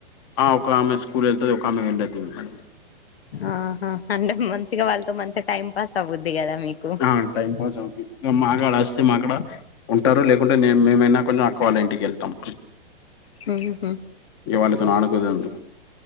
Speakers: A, on the left; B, on the left.
A: ఆ ఒక ఆమె స్కూల్ ఎళ్తది ఒక ఆమె వేళ్ళదు మేడం
B: ఆహా అంటే మంచిగా వాళ్ళతో మంచిగా టైం పాస్ అవుద్ది కదా మీకు
A: ఆ టైం పాస్ అవుద్ది మాకాడ అస్తే మాకాడ ఉంటారు లేకుంటే నేను మేమైనా కొనీ అక్కవాల్ల ఇంటికి వెళ్తాం
B: మ్మ్ఉహ్మ్
A: ఇగ వాళ్ళతోని ఆడుకునేందుకు